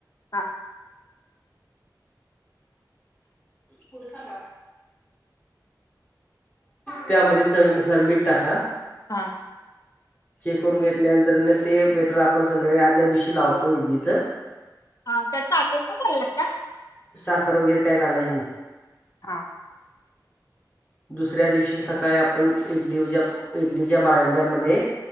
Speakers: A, on the left; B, on the left.
A: हा.
B: पुढ सांगा त्यामध्ये चवीनुसार मीठ. टाका.
A: हा.
B: चेक करून घेतल्यानंतर ते बेटर आपण संध्याकाळी आदल्या दिवशी लावतो इडलीचं.
A: हा त्यात साखर पण घालाय लागत्या.
B: साखर वगैरे काय घालायची नाही.
A: हा.
B: दुसऱ्या दिवशी सकाळी आपण इडलीवजा, इडलीच्या भांड्यामध्ये